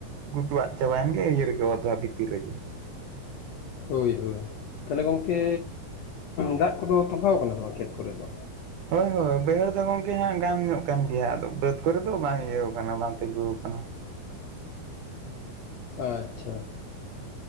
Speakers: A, on the right (about 75°); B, on the left (about 85°).
A: ᱜᱩᱛᱩᱣᱟᱜ ᱪᱟᱵᱟᱭᱮᱱ ᱜᱮ ᱤᱭᱟᱹ ᱨᱮᱜᱮ ᱚᱫᱷᱟ ᱵᱷᱤᱛᱤᱨ ᱨᱮᱜᱮ᱾
B: ᱦᱳᱭ ᱦᱳᱭ ᱛᱟᱦᱚᱞᱮ ᱜᱚᱝᱠᱮ ᱫᱟᱜ ᱠᱚᱫᱚ ᱛᱚᱵᱟᱣ ᱟᱠᱟᱱᱟ ᱥᱮ ᱵᱟᱝ ᱠᱷᱮᱛ ᱠᱚᱨᱮ ᱫᱚ᱾
A: ᱦᱳᱭ ᱦᱳᱭ ᱵᱟᱹᱭᱦᱟᱹᱲ ᱫᱚ ᱜᱚᱢᱠᱮ ᱦᱟᱸᱜ ᱜᱟᱱ ᱧᱚᱜ ᱠᱟᱱ ᱜᱮᱭᱟ ᱟᱫᱚ ᱵᱟᱹᱫ ᱠᱚᱨᱮ ᱫᱚ ᱵᱟᱝ ᱤᱭᱟᱹ ᱠᱟᱱᱟ ᱵᱟᱝ ᱛᱤᱸᱜᱩ ᱟᱠᱟᱱᱟ᱾
B: ᱟᱪᱪᱷᱟ